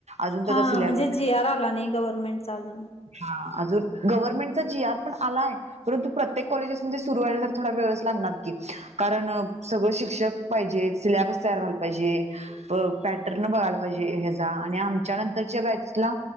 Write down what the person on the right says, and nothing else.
अजून त्याचा
सिलेबस
हा अजून गव्हर्मेंट चा जी आर पण आलाय परंतु प्रत्येक कॉलेजेसमध्ये सुरु सुरु व्हायला तर थोडा वेळच लागणार की कारण सगळ शिक्षक पाहिजे सिल्याबस तयार व्हायला पाहिजे. पॅटर्न बघायला पाहिजे ह्याचा आणि आमच्या नंतरच्या बॅचला...